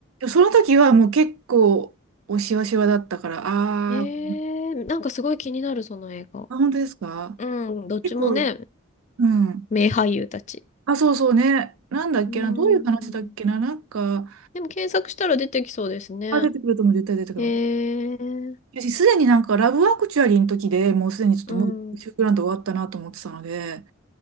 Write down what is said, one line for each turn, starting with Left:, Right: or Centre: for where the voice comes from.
Right: その時はもう結構、おしわしわだったから、
Left: え
Right: あー
Left: ー、なんかすごい気になる、その映画。
Right: あ、本当ですか
Left: うん、どっちもね、
Right: 結構、うん。
Left: 名俳優たち。
Right: あ、そうそうね。なんだっけな、
Left: うん。
Right: どういう話だっけな、なんか、
Left: でも検索したら出てきそうですね。
Right: あ、出てくるとも絶対出てくる。
Left: えー、
Right: 私、すでになんか、ラブアクチュアリーの時でもうすでにちょっともう、
Left: うん。
Right: シュークランド終わったなと思ってたので、
Left: い